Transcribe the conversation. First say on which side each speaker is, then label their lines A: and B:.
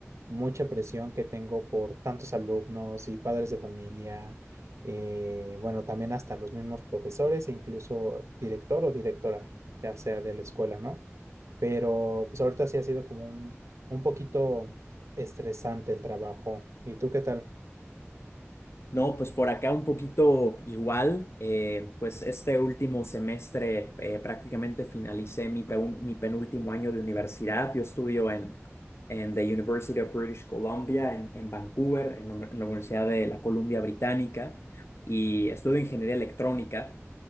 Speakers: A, on the right; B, on the left.
A: mucha presión que tengo por tantos alumnos y padres de familia, eh, bueno, también hasta los mismos profesores e incluso director o directora, ya sea de la escuela, ¿no? pero pues ahorita sí ha sido como un, un poquito estresante el trabajo. ¿Y tú qué tal?
B: No, pues por acá un poquito igual. eh, pues este último semestre eh, prácticamente finalicé mi, peun- mi penúltimo año de universidad. Yo estudio en, en the University of British Columbia, en, en Vancouver, en la, en la Universidad de la Columbia Británica, y estudio ingeniería electrónica.